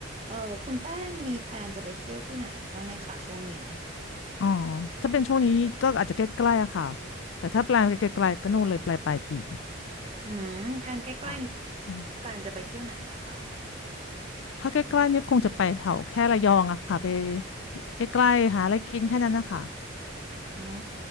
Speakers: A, on the right (about 30°); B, on the left (about 75°).
A: เออคุณแป้งมีแพลนจะไปเที่ยวที่ไหนบ้างไหมคะช่วงนี้
B: อ๋อถ้าเป็นช่วงนี้ก็อาจจะใกล้ๆอะค่ะแต่ถ้าแปลนไปไกลๆก็นู่นเลยปลายปลายปี
A: อืมแพลนใกล้ๆนี้
B: ค่ะอืม
A: แพลนจะไปเที่ยวไหนอะคะ
B: ถ้าใกล้ๆเนี่ยคงจะไปแถวแค่ระยองอะค่ะไปใกล้ๆหาอะไรกินแค่นั้นนะคะ
A: อ๋อ